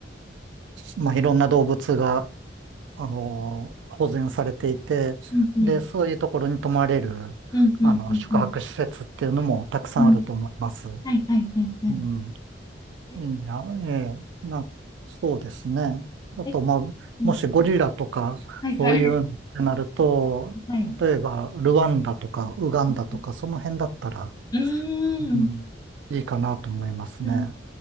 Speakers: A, on the right (about 80°); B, on the left (about 20°).
A: まあ、いろんな動物が、あの、保全されていて、
B: うんうん
A: で、そういうところに泊まれる、
B: うんうんうんうん
A: あの、宿泊施設っていうのもたくさんあると思います。
B: うん。はいはいはいはい。
A: うん。いや、
B: え
A: ええ、な、そうですね。あと、
B: ーえ
A: まあ、
B: うん
A: もしゴリラとか、
B: はいはい。
A: そういうのってなると、
B: はい。
A: 例えば、ルワンダとか、ウガンダとか、
B: <laughs>
A: その辺だったら、
B: うー
A: うん、
B: ん。
A: いいかなと思いますね。
B: うん、